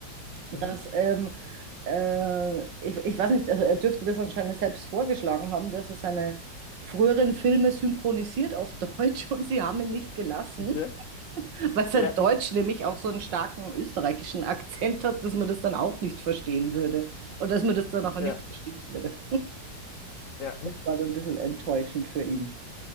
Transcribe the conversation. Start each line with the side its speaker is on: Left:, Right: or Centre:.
Right: dass,
Left: Mhm.
Right: ähm, äh, ich, ich weiß nicht, also er dürfte das anscheinend selbst vorgeschlagen haben, dass er seine früheren Filme synchronisiert auf <laughs> Deutsch und sie haben ihn nicht gelassen,
Left: Okay.
Right: weil sein
Left: Ja,
Right: Deutsch nämlich auch so einen starken österreichischen Akzent hat, dass man das dann auch nicht verstehen würde und dass man das dann auch
Left: ja,
Right: nicht verstehen würde.
Left: ja.
Right: Das war dann ein bisschen enttäuschend für ihn.